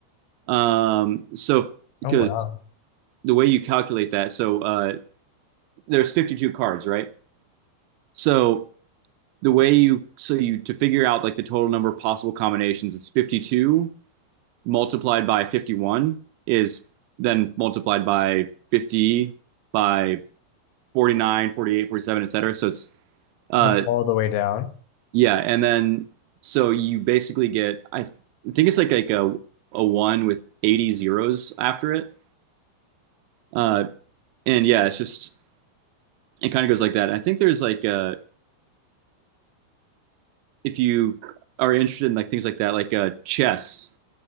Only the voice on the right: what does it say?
Um, so because
the way you calculate that, so uh, there's 52 cards, right? So the way you so you to figure out like the total number of possible combinations is 52 multiplied by 51 is then multiplied by 50 by forty nine, forty eight, forty seven, 48 47 etc so it's uh
yeah and then so you basically get i th- think it's like like a a one with 80 zeros after it uh and yeah it's just it kind of goes like that i think there's like uh if you are interested in like things like that like uh chess